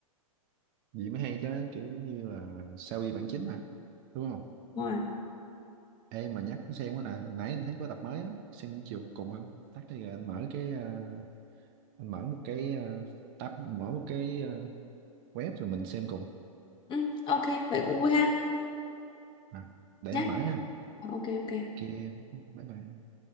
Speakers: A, on the right; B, on the left.
A: Vậy mới hay chứ kiểu như là sao y bản chính à đúng không?
B: Đúng rồi
A: Ê mà nhắc xem quá nè, hồi nãy anh thấy có tập mới á, xem chiều cùng không? Tắt đi rồi anh mở cái ờ, anh mở một cái ờ, tab, mở một cái ờ, web rồi mình xem cùng.
B: ừ, ok vậy cũng vui ha
A: À, để
B: nhá
A: anh mở ha.
B: Ờ, ok ok
A: Ok, bye bye.